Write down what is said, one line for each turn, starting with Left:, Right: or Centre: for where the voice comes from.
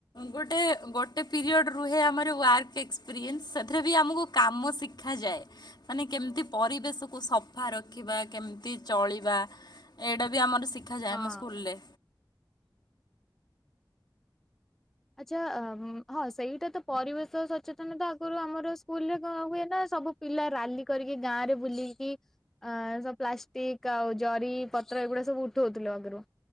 Left: ଗୋଟେ ଗୋଟେ ପିରିୟଡ଼ ରୁହେ ଆମର ୱାର୍କ ଏକ୍ସପିରିଏନ୍ସ ସେଥିରେ ବି ଆମକୁ କାମ ଶିଖାଯାଏ ମାନେ କେମିତି ପରିବେଶକୁ ସ ସଫା ରଖିବା କେମିତି ଚଳିବା ଏଇଟା ବି ଆମର ଶିଖାଯାଏ
Centre: ହଁ
Left: ଆମ ସ୍କୁଲରେ
Centre: ଆଚ୍ଛା ହଁ ସେଇଟା ତ ପରିବେଶ ସଚେତନତା ଆଗରୁ ଆମର ସ୍କୁଲରେ କଣ ହୁଏ ନା ସବୁ ପିଲା ରାଲି କରିକି ଗାଁରେ ବୁଲିକି ସ ପ୍ଲାଷ୍ଟିକ ଆଉ ଜରି ପତ୍ର ଏଗୁଡା ସବୁ ଉଠଉଥିଲୁ ଆଗରୁ